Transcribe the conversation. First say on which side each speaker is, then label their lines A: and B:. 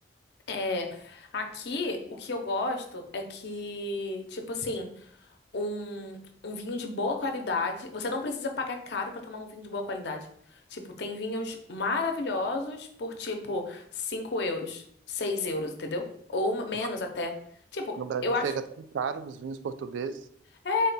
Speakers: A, on the left; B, on the right.
A: é, aqui o que eu gosto é que, tipo assim, um, um vinho de boa qualidade. Você não precisa pagar caro pra tomar um vinho de boa qualidade. Tipo, tem vinhos maravilhosos por, tipo, 5 euros, 6 euros, entendeu? Ou menos
B: Nossa,
A: até. Tipo,
B: no Brasil
A: eu acho.
B: chega tão caro os vinhos portugueses.
A: é,